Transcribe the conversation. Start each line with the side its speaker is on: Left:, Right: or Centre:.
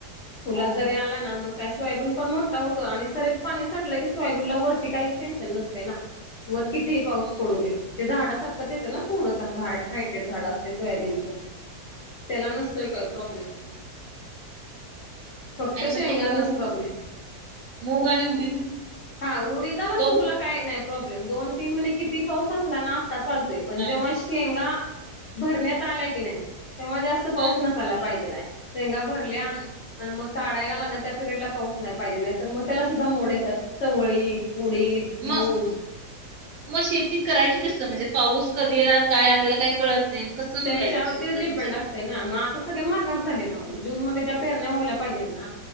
Left: फुलात
Right: हा हा
Left: जरी आला ना मग काय सोयाबीन पण मोठा होतो आणि सरीत पाणी साठलं की सोयाबीनला वरती काहीच टेन्शन नसते ना. वर किती ही पाऊस
Right: हम्म
Left: पडू
Right: हम्म.
Left: दे. ते झाडा सारखंच येतं ना थोडंस अस हायटेड झाडं असते सोयाबीनचं. त्याला नसतोय काय प्रॉब्लेम. फक्त
Right: आणि
Left: शेंगानाच
Right: मग ते मूग
Left: प्रॉब्लेम,
Right: मूग आणि उडीद
Left: हा उडीदाला
Right: तो
Left: मुग काय नाही प्रॉब्लेम दोन तीन महिने कितीही पाऊस असला ना आता चालतोय पण
Right: हा
Left: जेव्हा शेंगा भरण्यात आल्या की नाही तेव्हा जास्त पाऊस
Right: हा.
Left: नसायला पाहिजेला शेंगा भरल्या
Right: हम्म हम्म.
Left: आणि मग काढायला आला नाही त्या पिरियडला पाऊस नाही पाहिजे नाही तर मग त्याला सुद्धा मोड येतात चवळी, उडीद हो.
Right: मग मग शेती करायची कस म्हणजे पाऊस कधी येणार काय आपल्याला काय कळत नाही मग कस व्हायच
Left: त्याच्यावरती
Right: शेत
Left: डिपेंड
Right: म्हणजे
Left: असते मग आता मागास झाले ना ओ, जूनमध्ये ज्या पेरण्या व्हायला पाहिजेत ना